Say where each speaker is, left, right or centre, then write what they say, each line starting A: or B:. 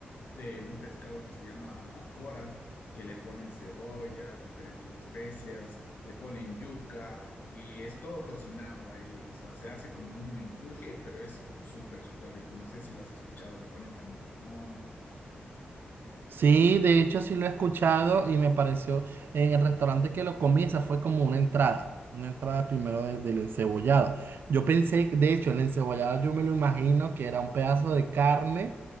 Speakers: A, on the left; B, on the right.
A: de un pescado que se llama albacora, que le ponen cebollas, diferentes especias, le ponen yuca y es todo cocinado ahí, o sea, se hace como un menjurje, pero es súper, súper rico. No sé si lo has escuchado, le ponen también limón.
B: Sí, de hecho sí lo he escuchado y me pareció en el restaurante que lo comí, esa fue como una entrada, una entrada primero de- del encebollado. Yo pensé, de hecho, el encebollado yo me lo imagino que era un pedazo de carne